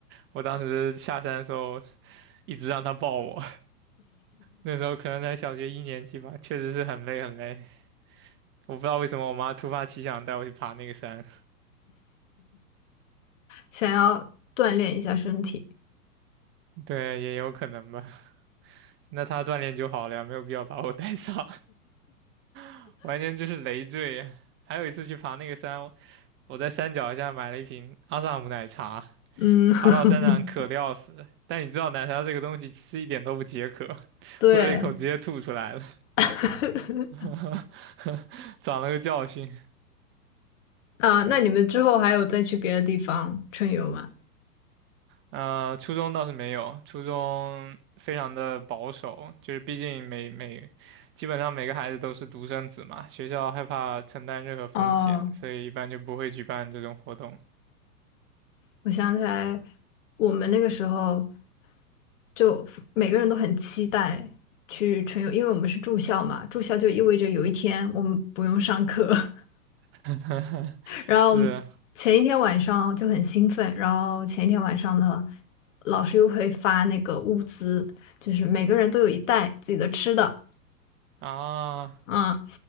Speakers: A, on the right; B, on the left.
A: 我当时下山的时候一直让她抱我。那时候可能才小学一年级吧，确实是很累很累。我不知道为什么我妈突发奇想带我去爬那个山，
B: 想要锻炼一下身体。
A: 对，也有可能吧。那她锻炼就好了呀，没有必要把我带上，<laughs> 完全就是累赘还有一次去爬那个山，我在山脚下买了一瓶阿萨姆奶茶，
B: 嗯，<laughs>
A: 爬到山上渴得要死。但你知道奶茶这个东西其实一点都不解渴，<laughs>
B: 对，
A: 喝了一口直接吐出来了，
B: <laughs>
A: <laughs> 长了个教训。
B: 啊，那你们之后还有再去别的地方春游吗？
A: 呃，初中倒是没有，初中非常的保守，就是毕竟每每基本上每个孩子都是独生子嘛，学校害怕承担任何风险，
B: 哦，
A: 所以一般就不会举办这种活动。
B: 我想起来，我们那个时候就每个人都很期待去春游，因为我们是住校嘛，住校就意味着有一天我们不用上课，<laughs>
A: <laughs>
B: 然后
A: 是
B: 前一天晚上就很兴奋，然后前一天晚上呢，老师又会发那个物资，就是每个人都有一袋自己的吃的，
A: 啊
B: 嗯，